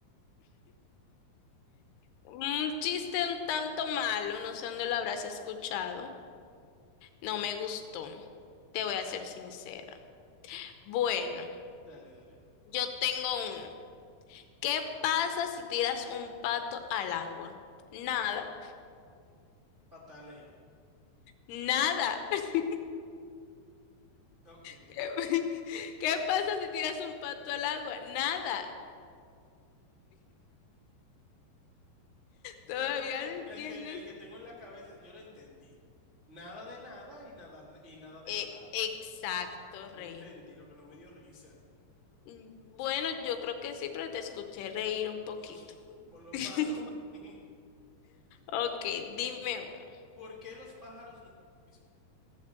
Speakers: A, on the left; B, on the right.
A: Un chiste un tanto malo, no sé dónde lo habrás escuchado. No me gustó, te voy a ser sincera. Bueno,
B: Dale, dale.
A: yo tengo uno. ¿Qué pasa si tiras un pato al agua? Nada.
B: Patalea.
A: Nada. <laughs>
B: Ok.
A: ¿Qué, qué pasa si tiras un pato al agua? Nada. ¿Todavía
B: Yo creo que
A: no entiendes?
B: el que el que tengo en la cabeza, yo lo entendí. Nada de nada y nadar de- y nada de
A: Eh,
B: nadar.
A: exacto, Raymond.
B: Yo entendí lo que no me dio risa.
A: Mm, Bueno, yo creo que sí, pero te escuché reír un poquito.
B: <laughs> Por lo
A: <laughs>
B: malo. <laughs>
A: Ok, dime uno.
B: ¿Por qué los pájaros no, usan Facebook?